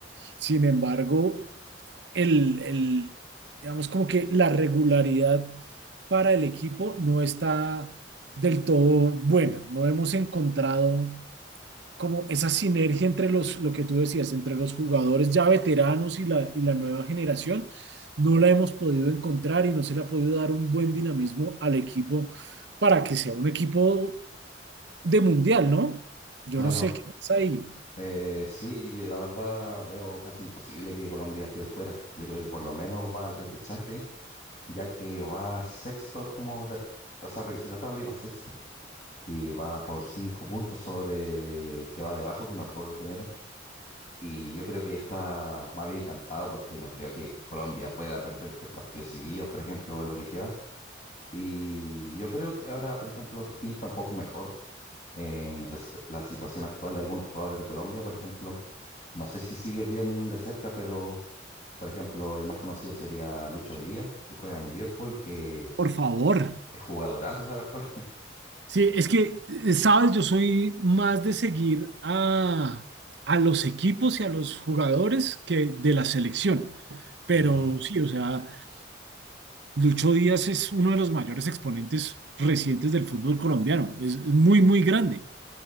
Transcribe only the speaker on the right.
Sin embargo, el, el, digamos como que la regularidad para el equipo no está del todo buena. No hemos encontrado como esa sinergia entre los, lo que tú decías, entre los jugadores ya veteranos y la, y la nueva generación, no la hemos podido encontrar y no se le ha podido dar un buen dinamismo al equipo para que sea un equipo de mundial, ¿no? Yo
no sé qué pasa ahí.
Por favor.
Sí, es que, eh, sabes, yo soy más de seguir a, a los equipos y a los jugadores que de la selección. Pero
sí, o sea, Lucho Díaz es uno de los mayores exponentes recientes del fútbol colombiano. Es muy, muy grande.